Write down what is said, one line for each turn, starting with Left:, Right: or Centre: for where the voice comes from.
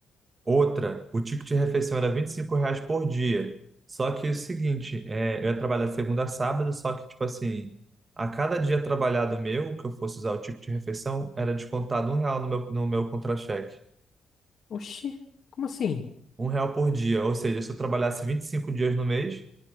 Right: Outra, o ticket de refeição era 25 reais por dia. Só que é o seguinte, é, eu ia trabalhar de segunda a sábado, só que, tipo assim, a cada dia trabalhado meu, que eu fosse usar o ticket de refeição, era descontado um real no meu, no meu contra-cheque.
Left: Oxi, como assim?
Right: Um real por dia. Ou seja, se eu trabalhasse 25 dias no mês,